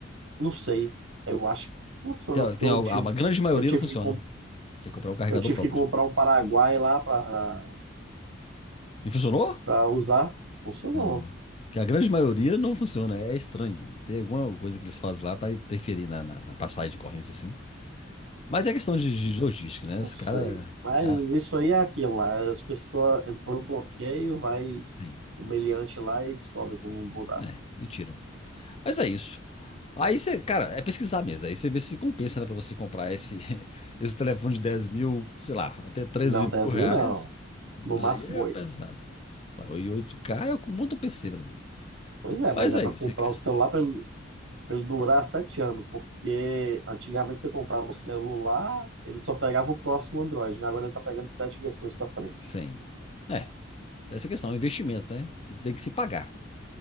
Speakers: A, on the right; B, on the left.
A: Não sei. Eu acho que funciona,
B: Tem,
A: porque
B: tem
A: eu
B: algo-
A: tive,
B: a, grande maioria
A: eu tive
B: não funciona.
A: que, com-
B: Tem que comprar um carregador
A: eu tive
B: próprio.
A: que comprar um Paraguai lá para
B: E funcionou?
A: para usar. Funcionou.
B: Não. Que a grande maioria não funciona. É estranho. Tem alguma coisa que eles fazem lá pra interferir na, na, na passagem de corrente, assim. Mas é questão de, de logística, né?
A: Não
B: Os
A: sei.
B: caras
A: Mas
B: já
A: isso aí é aquilo lá. As pessoas entram no bloqueio, vai
B: tem.
A: o meliante lá e descobre como mudar.
B: É, e tiram. Mas é isso. Aí você, cara, é pesquisar mesmo. Aí você vê se compensa, né, pra você comprar esse, <laughs> esse telefone de 10 mil, sei lá, até 13
A: Não, dez
B: mil
A: mil
B: reais.
A: não. No
B: Aí
A: máximo
B: é
A: 8.
B: pesado. Vai, O oito k é um monte de PC pra mim.
A: Pois é, mas
B: Mas
A: é
B: é
A: para
B: isso.
A: comprar
B: você quer-
A: o celular para ele, pra ele durar 7 anos. Porque antigamente você comprava o celular, ele só pegava o próximo Android. né? Agora ele está pegando sete versões para frente.
B: Sim. É, tem essa questão, é um investimento, né? Tem tem que se pagar.